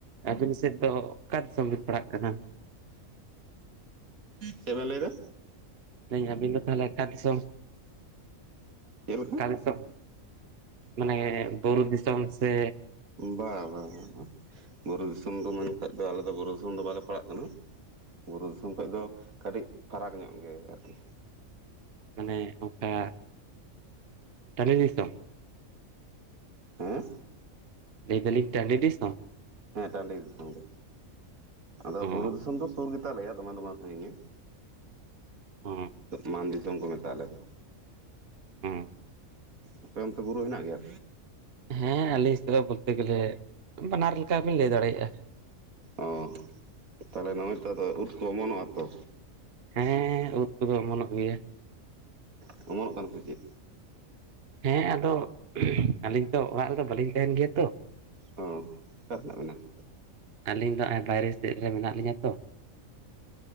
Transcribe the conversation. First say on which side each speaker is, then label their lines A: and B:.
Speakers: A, on the right; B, on the right.
A: ᱟᱹᱵᱤᱱ ᱥᱮᱫ ᱫᱚ ᱚᱠᱟ ᱫᱤᱥᱚᱢ ᱵᱤᱱ ᱯᱟᱲᱟᱜ ᱠᱟᱱᱟ
B: ᱪᱮᱫ ᱵᱮᱱ ᱞᱟᱹᱭ ᱮᱫᱟ
A: ᱞᱟᱹᱭ ᱟᱹᱧ ᱟᱵᱤᱱ ᱫᱚ ᱛᱟᱦᱚᱞᱮ ᱚᱠᱟ ᱫᱤᱥᱚᱢ
B: ᱪᱮᱫ ᱞᱮᱠᱟ
A: ᱚᱠᱟ ᱫᱤᱥᱚᱢ ᱢᱟᱱᱮ ᱵᱩᱨᱩ ᱫᱤᱥᱚᱢ ᱥᱮ
B: ᱵᱟᱝ ᱵᱟᱝ ᱵᱟᱝ ᱵᱟᱝ ᱵᱩᱨᱩ ᱫᱤᱥᱚᱢ ᱫᱚ ᱢᱮᱱᱠᱷᱟᱡ ᱫᱚ ᱟᱞᱮ ᱫᱚ ᱵᱩᱨᱩ ᱫᱤᱥᱚᱢ ᱫᱚ ᱵᱟᱞᱮ ᱯᱟᱲᱟᱜ ᱠᱟᱱᱟ ᱵᱩᱨᱩ ᱫᱤᱥᱚᱢ ᱠᱷᱚᱱ ᱫᱚ ᱠᱟᱹᱴᱤᱡ ᱯᱷᱟᱨᱟᱠ ᱧᱚᱜ ᱜᱮ ᱟᱨᱠᱤ
A: ᱢᱟᱱᱮ ᱚᱱᱠᱟ ᱴᱟᱱᱰᱤ ᱫᱤᱥᱚᱢ
B: ᱦᱮᱸ
A: ᱞᱟᱹᱭ ᱫᱟᱞᱤᱧ ᱴᱟᱺᱰᱤ ᱫᱤᱥᱚᱢ
B: ᱦᱮᱸ ᱴᱟᱺᱰᱤ ᱫᱤᱥᱚᱢ ᱜᱮ ᱟᱫᱚ
A: ᱚ
B: ᱵᱩᱨᱩ ᱫᱤᱥᱚᱢ ᱫᱚ ᱥᱩᱨ ᱜᱮᱛ ᱟᱞᱮᱭᱟ ᱫᱚᱢᱮ ᱫᱚ ᱵᱟᱝ ᱥᱟᱸᱜᱤᱧᱟ
A: ᱚ
B: ᱢᱟᱱ ᱫᱤᱥᱚᱢ ᱠᱚ ᱢᱮᱛᱟ ᱟᱞᱮ ᱫᱚ
A: ᱦᱚᱸ
B: ᱟᱯᱮ ᱚᱱᱛᱮ ᱵᱩᱨᱩ ᱦᱮᱱᱟᱜ ᱜᱮᱭᱟ
A: ᱦᱮᱸ ᱟᱞᱤᱧ ᱥᱮᱫ ᱫᱚ ᱵᱚᱞᱛᱮ ᱜᱮᱞᱮ ᱵᱟᱱᱟᱨ ᱞᱮᱠᱟᱵᱤᱱ ᱞᱟᱹᱭ ᱫᱟᱲᱮᱭᱟᱜᱼᱟ
B: ᱚ ᱛᱟᱦᱚᱞᱮ ᱱᱚᱜᱼᱚᱭ ᱛᱚ ᱟᱫᱚ ᱩᱫ ᱠᱚ ᱚᱢᱚᱱᱚᱜᱼᱟ ᱛᱚ
A: ᱦᱮᱸ ᱩᱫ ᱠᱚᱫᱚ ᱚᱢᱚᱱᱚᱜ ᱜᱮᱭᱟ
B: ᱦᱩ ᱚᱢᱚᱱᱚᱜ ᱠᱟᱱᱟ ᱥᱮ ᱪᱮᱫ
A: ᱦᱮᱸ ᱟᱫᱚ ᱟᱹᱞᱤᱧ ᱛᱚ ᱚᱲᱟᱜ ᱨᱮᱫᱚ ᱵᱟᱹᱞᱤᱧ ᱛᱟᱦᱮᱸᱱ ᱜᱮᱭᱟ ᱛᱚ
B: ᱚ ᱚᱠᱟ ᱨᱮᱱᱟᱜ ᱢᱮᱱᱟᱜ ᱵᱤᱱᱟ
A: ᱟᱹᱞᱤᱧ ᱫᱚ ᱱᱚᱜᱼᱚᱭ ᱵᱟᱭᱨᱮ ᱥᱮᱫ ᱨᱮ ᱢᱮᱱᱟᱜ ᱞᱤᱧᱟᱹ ᱛᱚ